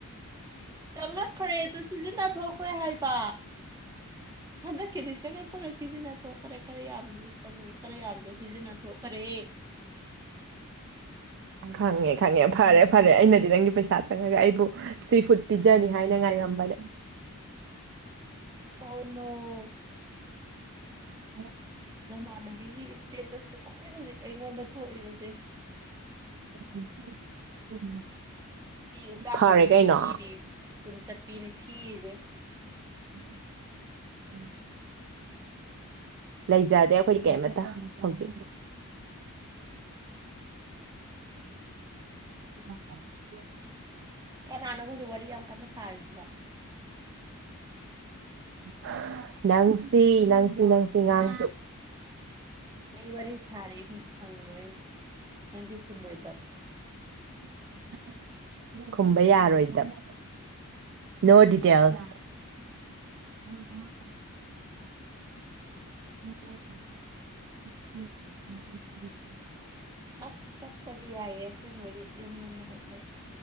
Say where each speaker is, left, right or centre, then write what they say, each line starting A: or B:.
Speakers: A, on the right (about 15°); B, on the right (about 55°).
A: ꯆꯪꯪꯂꯛꯈ꯭ꯔꯦꯗ ꯁꯤꯖꯤꯟꯅꯊꯣꯛꯈ꯭ꯔꯦ ꯍꯥꯏꯕ ꯍꯟꯗꯛꯀꯤꯗꯤ ꯆꯪꯉꯛꯄꯒ ꯁꯤꯖꯤꯟꯅ ꯊꯣꯛꯈ꯭ꯔꯦ ꯈꯔ ꯌꯥꯝꯅ ꯈꯔ ꯌꯥꯝꯅ ꯁꯤꯖꯤꯟꯅꯊꯈ꯭ꯔꯦ
B: ꯈꯪꯉꯦ ꯈꯪꯉꯦ ꯐꯔꯦ ꯐꯔꯦ ꯑꯩꯅꯗꯤ ꯅꯪꯒꯤ ꯄꯩꯁꯥ ꯆꯪꯉꯒ ꯑꯩꯕꯨ ꯁꯤ ꯐꯨꯗ ꯄꯤꯖꯅꯤ ꯍꯥꯏꯅ ꯉꯥꯏꯔꯝꯕꯅꯦ
A: ꯑꯣ ꯅꯣ
B: ꯎ
A: ꯅꯃꯥꯟꯅꯕꯤꯒꯤ ꯏꯁꯇꯦꯇ꯭ꯁꯇꯨ ꯈ ꯍꯧꯖꯤꯛ ꯑꯩꯉꯣꯟꯗ ꯊꯣꯛꯏꯕꯁꯦ
B: <inaudible>
A: ꯃꯤ ꯆꯥꯝ
B: ꯐꯔꯦ
A: ꯆꯞꯄꯤꯕꯨ
B: ꯀꯩꯅꯣ
A: ꯊꯤꯔꯤ ꯀꯨꯟ ꯆꯞꯄꯤꯅꯤ ꯊꯤꯔꯤꯁꯦ
B: <inaudible> ꯂꯩꯖꯥꯗꯦ ꯑꯩꯈꯣꯏꯗꯤ ꯀꯔꯤꯃꯇ ꯍꯧꯖꯤꯛ <unintelligible> <inaudible>
A: ꯀꯅꯥꯅꯣꯕ ꯍꯧꯖꯤꯛ ꯋꯥꯔꯤ ꯌꯥꯝ ꯀꯟꯅ ꯁꯥꯔꯤꯁꯤ ꯕꯣ
B: ꯍ ꯅꯪꯁꯤ ꯅꯪꯁꯤ ꯅꯪꯁꯤ ꯉꯥꯡꯇ
A: ꯃꯤ ꯋꯥꯔꯤ ꯁꯥꯔꯤ ꯍꯪꯕꯩꯅꯤ ꯅꯪꯁꯨ ꯈꯨꯝꯃꯣꯏ
B: <inaudible> ꯈꯨꯝꯕ ꯌꯥꯔꯣꯏꯗꯕ ꯅꯣ ꯗꯤꯇꯦꯜꯁ <unintelligible> <unintelligible>
A: ꯑꯁ ꯆꯠꯄꯗꯤ ꯌꯥꯏꯌꯦ ꯑꯁꯦꯡꯕꯒꯤ ꯌꯨꯝ ꯂꯣꯝꯗ ꯍꯥꯏꯊꯕ